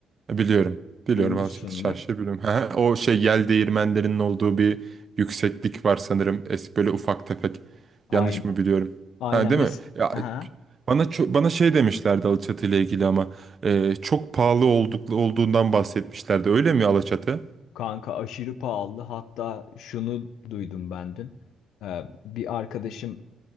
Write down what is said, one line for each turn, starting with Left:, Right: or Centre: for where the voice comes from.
Right: Biliyorum. Biliyorum
Left: Duymuşsundur.
Right: alaçatı Çarşı'yı biliyorum. <laughs> Ha, o şey yel değirmenlerinin olduğu bir yükseklik var sanırım. Es böyle ufak tefek.
Left: Aynen.
Right: Yanlış mı biliyorum?
Left: Aynen.
Right: Ha, değil
Left: Mes
Right: mi? Ya,
Left: Aha.
Right: bana ço- bana şey demişlerdi Alaçatı ile ilgili ama e, çok pahalı olduk, olduğundan bahsetmişlerdi. Öyle mi Alaçatı?
Left: Kanka aşırı pahalı. Hatta şunu duydum ben dün. Ee, bir arkadaşım